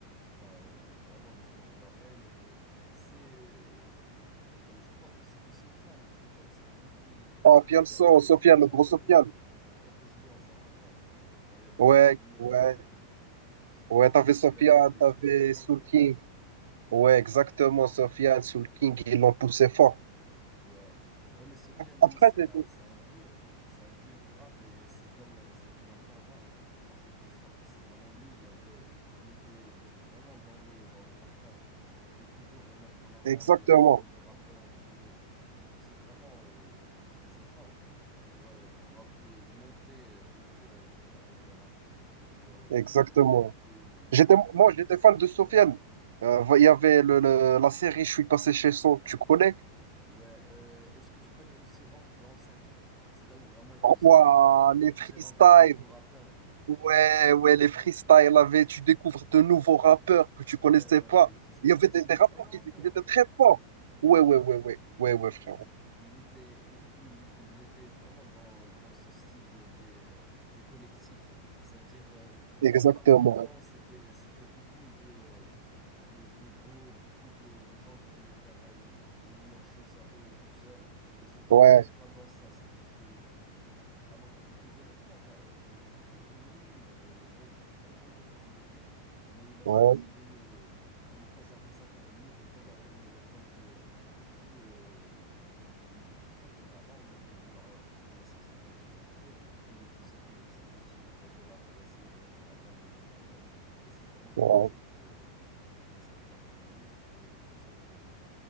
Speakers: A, in the centre; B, on the right.
A: Enfin, euh, vraiment, Hussein Foiré, il y avait. euh, C'est. euh, euh, je crois que c'était Sofiane. Sofiane, c'était lui qui,
B: Oh, Fianso,
A: qui avait,
B: Sofiane,
A: qui avait
B: le gros
A: un peu,
B: Sofiane.
A: qui a un peu joué en sa faveur, qui avait parlé
B: Ouais,
A: de lui
B: ouais,
A: un peu. C'était
B: ouais,
A: même
B: t'avais
A: lui
B: Sofiane,
A: qui l'avait envoyé
B: t'avais
A: sur Skyrock,
B: Soul
A: je pense.
B: King. Ouais, exactement, Sofiane, Soul King, ils l'ont poussé fort.
A: Ouais, ouais, mais Sofiane, lui,
B: Après,
A: c'est
B: c'est-
A: un,
B: c'est-
A: c'est un vieux, c'est un vieux du rap et c'est comme, euh, c'est comme un parrain, en quelque sorte. C'est vraiment lui, il avait, il était, il était vraiment dans le, dans le partage. Il voulait toujours mettre en avant
B: exactement,
A: des, des nouveaux rappeurs. Il voulait, il faisait vraiment euh, des efforts pour, euh, pour un peu monter, euh, monter euh, du- avec le rap. Pour, euh,
B: exactement.
A: et il-
B: J'étais, moi, j'étais fan de Sofiane. Euh, Il y avait le, le- la série Je suis passé chez son, tu connais?
A: Ouais, euh, est-ce que tu connais aussi Rentre dans le cercle? C'est là où vraiment il faisait,
B: Ouah, les
A: il faisait
B: freestyles,
A: rentrer des nouveaux rappeurs.
B: Ouais, ouais, les freestyles avaient, tu découvres de nouveaux rappeurs que tu connaissais
A: Ouais, ouais,
B: pas.
A: ouais, il faisait,
B: Il y avait des,
A: c'était
B: des rappeurs
A: vraiment
B: qui, qui
A: bon,
B: étaient
A: hein.
B: très forts. Ouais, ouais, ouais, ouais, ouais, ouais, frérot.
A: Il était, il, il était vraiment dans, dans ce style des, des, des collectifs. C'est-à-dire, euh,
B: Exactement.
A: le rap avant, c'était, c'était beaucoup de, de, d'ego, beaucoup de, de gens qui voulaient faire euh, l- leurs choses à eux tout seuls. Mais Sofiane,
B: Ouais,
A: il n'était pas dans ça. C'est-à-dire que, euh, alors qu'il pouvait le faire, euh, il était très connu, il avait une vraie- très grande notoriété, mais il a choisi
B: ouais,
A: de ne, de ne pas garder ça pour lui, de ne pas garder le monopole de de du, du c'est pas du talent mais de la re- reconnaissance et de la notoriété et il faisait toujours ces petits projets là pour essayer de mettre en avant les nouveaux rappeurs et c'est vraiment quelque
B: ouais.
A: chose euh, qui est très respectable pour lui c'est pour pour ça que